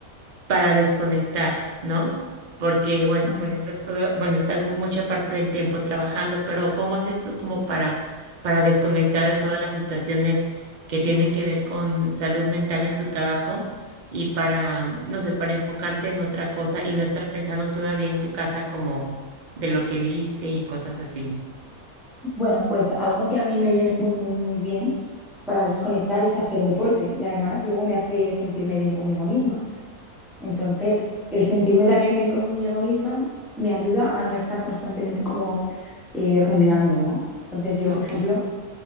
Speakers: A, on the right; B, in the centre.
A: para desconectar, ¿no? Porque, bueno,
B: Mm.
A: pues estás todo- bueno, estás mucha parte del tiempo trabajando, pero ¿cómo haces tú como para, para desconectar de todas las situaciones que tienen que ver con salud mental en tu trabajo y para, no sé, para enfocarte en otra cosa y no estar pensando todavía en tu casa como de lo que viste y cosas así?
B: Bueno, pues algo que a mí me viene muy, muy, muy bien para desconectar es hacer deporte y además luego me hace sentirme bien conmigo misma. Entonces, el sentirme también bien conmigo misma me ayuda a no estar constantemente como eh, rumiando, ¿no? Entonces, yo,
A: Ok.
B: por ejemplo,